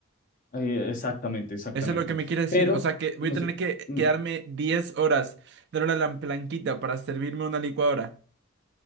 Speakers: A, on the left; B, on the right.
A: eh, exactamente, exactamente.
B: Eso es lo que me quiere decir.
A: Pero,
B: O sea que voy
A: nos-
B: a tener que
A: no,
B: quedarme 10 horas dándole a la planquita para servirme una licuadora.